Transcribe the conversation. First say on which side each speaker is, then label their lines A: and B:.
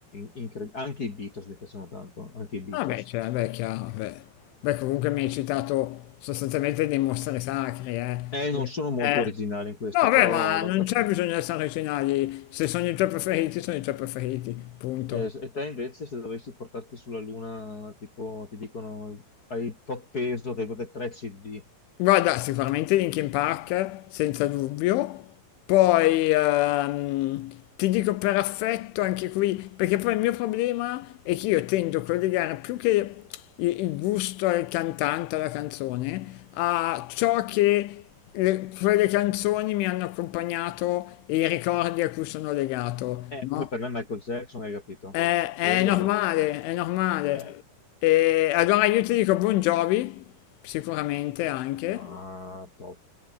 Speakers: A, on the left (about 35°); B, on the left (about 80°).
A: incredibili. Anche i Beatles mi piacciono tanto, anche i Beatles.
B: Ah beh, cioè, beh, è chiaro, beh. Beh, comunque mi hai citato sostanzialmente dei mostri sacri, eh.
A: Eh, non sono molto
B: Eh,
A: originale in questo,
B: No, beh,
A: però
B: ma
A: d'altra
B: non c'è
A: parte.
B: bisogno di essere originali, se sono i tuoi preferiti, sono i tuoi preferiti, punto.
A: Eh, e te invece, se dovessi portarti sulla Luna, tipo, ti dicono hai tot peso dei dei tre CD,
B: Guarda, sicuramente Linkin Park, senza dubbio. Poi ehm, ti dico per affetto anche qui, perché poi il mio problema è che io tendo a collegare più che il, il gusto al cantante, alla canzone, a ciò che le- quelle canzoni mi hanno accompagnato e i ricordi a cui sono legato,
A: È
B: no?
A: come per me Michael Jackson, hai capito?
B: È, è
A: Quello
B: normale, è normale.
A: è, è-
B: E allora io ti dico Bon Jovi, sicuramente anche.
A: ah, top.